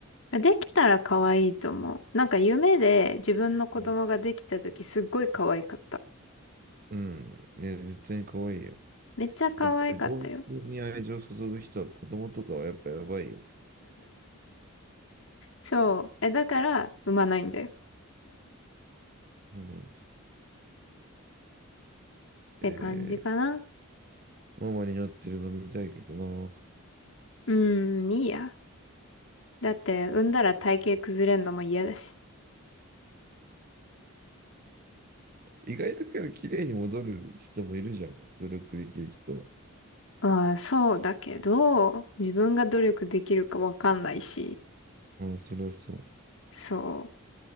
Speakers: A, on the left (about 60°); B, on the right (about 40°).
A: できたら可愛いと思う。なんか夢で自分の子供ができた時すっごい可愛かった。
B: うん。うんいや、絶対に可愛いよ。
A: めっちゃ可愛かったよ。
B: やっぱり動物に愛情を注ぐ人は子供とかはやっぱやばいよ。
A: そう。え、だから産まないんだよ。
B: そうなんだ。
A: て感じかな。
B: えー、ママになってるの見たいけどな。
A: うーん、いいや。だって、産んだら体型崩れんのも嫌だし。
B: 意外とけど綺麗に戻る人もいるじゃん。努力できる人は。
A: まあ、そうだけど、自分が努力できるかわかんないし、
B: まあ、それはそ
A: そう。っ